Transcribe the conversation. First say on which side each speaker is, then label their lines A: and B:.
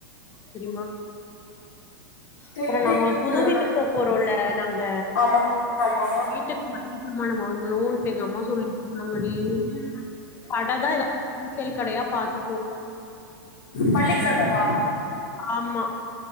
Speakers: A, on the left; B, on the left.
A: தெரிய்மா
B: தெர்ல
A: அப்றொ நாங்க
B: இவளுக்கு
A: புது வீட்டுக்
B: நானு
A: போப் போறோல்ல நாங்க
B: ஆமா ஆமா
A: வீட்டுக் <unintelligible> வாங்கணூன்ட்டு எங்க அம்மா சொல்லி <unintelligible> கடதா எதொ அங்குள் கடையா பாத்து
B: மள்ளிக ஜாமாவா
A: ஆமா